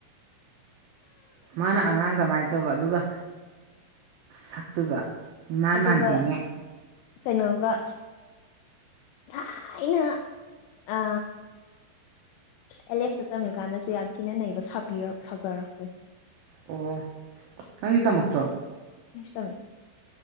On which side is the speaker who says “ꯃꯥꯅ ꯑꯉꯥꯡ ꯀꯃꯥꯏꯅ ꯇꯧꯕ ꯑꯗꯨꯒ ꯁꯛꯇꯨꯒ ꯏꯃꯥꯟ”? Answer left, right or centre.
Right